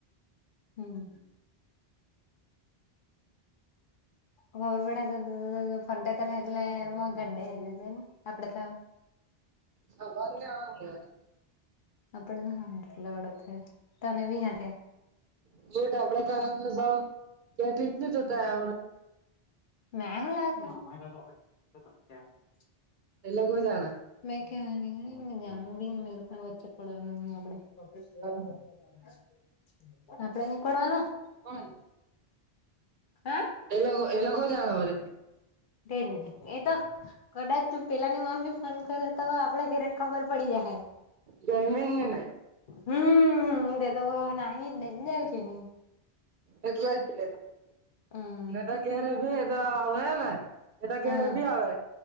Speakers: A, on the left (about 60°); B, on the right (about 60°).
A: હમ ખબર પડ તો ફનટા કરલે મ ગાડી જાય છે આપપડે તો <inaudible>
B: હ વા આવ
A: <unintelligible>
B: <unintelligible>
A: મે હું લેવા <unintelligible> <inaudible>
B: એ લોકો જાણે
A: મેં કેવાની હોય જાણવું બી ની મલે લોકોને વચ્ચે પડવાનું ન આપડે.
B: હા
A: <inaudible> આપડે ની પડવાનું.
B: હા
A: હા
B: <inaudible> એ લોકો એ લોકો જાણે વરી.
A: તેજ ને એ તો કદાચ પેલાની મમ્મી ફોન કરે તો આપડે ઘેરે ખબર પડી જાય હે.
B: જયમીન ને ને
A: હમ. <unintelligible>
B: <unintelligible>
A: હમ હમ.
B: બી આવે